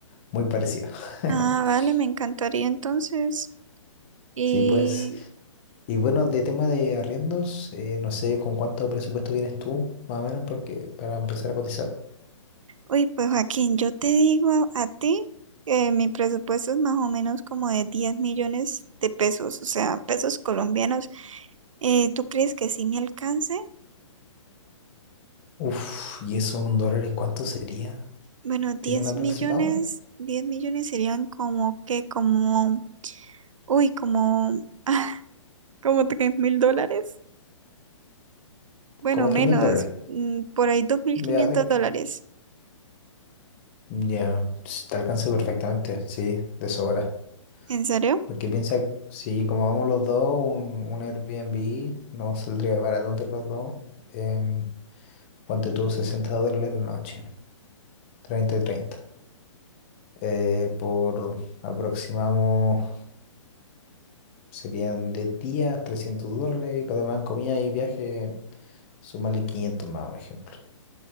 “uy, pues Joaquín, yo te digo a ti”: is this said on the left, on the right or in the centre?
Right